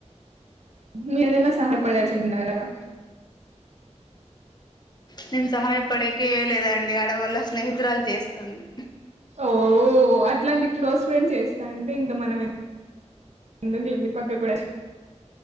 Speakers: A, on the right; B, on the left.
A: మీరైనా సహాయపడాల్సి ఉండాలిగా
B: నేను సహాయపడేకే ఏం లేదండి ఆడ వాళ్ళ స్నేహితురాలు చేస్తుంది
A: ఓ అట్లాంటి క్లోస్ ఫ్రెండ్స్ చేస్తాంటే ఇంకా మనం ఏం ఎందుకులెండి పక్కకి పోయేసి